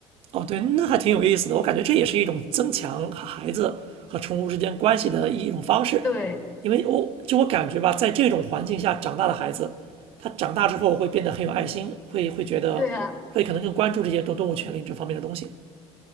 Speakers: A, on the right (about 55°); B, on the left (about 25°).
A: 哦，对，那还挺有意思的。我感觉这也是一种增强孩子和宠物之间关系的一种方式，
B: 对，
A: 因为我就我感觉吧，在这种环境下长大的孩子，他长大之后会变得很有爱心，会会觉得会可能更关注这些动动物权利这方面的东西。
B: 对啊。